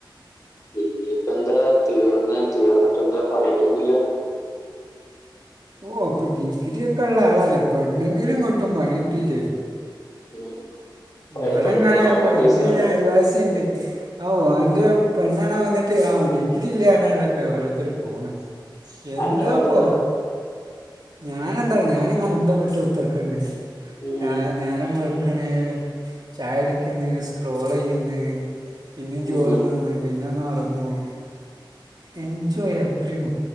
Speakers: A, on the left; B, on the right.
A: ഡിഗ്രിയൊക്കെ എന്താ തീർന്ന് തീർന്നിട്ട് എന്താ പണിട്ടൊന്നുമില്ല
B: ഓ അപ്പൾ ഡിഗ്രി ഒക്കെ ഒള്ള ആളല്ലേ പെണ്ണെങ്കിലും കിട്ടും പണിട്ടില്ലേലും
A: ഉം. പെ-
B: ഇവിടെ
A: പെണ്ണിനെ
B: ഇങ്ങനെക്കെ
A: നോക്കാൻ പൈസ
B: ഇന്റെ ഒരു
A: ഉണ്ട്
B: അയൽവാസി ഇണ്ട് ഹൗ ഓൻ്റെ പെണ്ണാണ വന്നിട്ട് ആ ഡിഗ്രി ഇല്ലാർഞ്ഞാണ്ട് ഓരോർത്തര് പോണ് എന്താപ്പോ
A: അന്റെ പാടെന്താ
B: ഞനെന്താ ന്നൊ ഞാനിങ്ങനെ അന്തം വിട്ടുതാർക്കണ്ട്
A: ഉം.
B: ആ നേരം വെളുക്കണ് ചായടിക്കുന്നു സ്ക്രോളയ്യുന്നു പിന്നെ ചോറ്
A: ഉം.
B: നിന്ന് പിന്നെ ഒന്ന് ഉറങ്ങും എൻജോയ് എവരിമ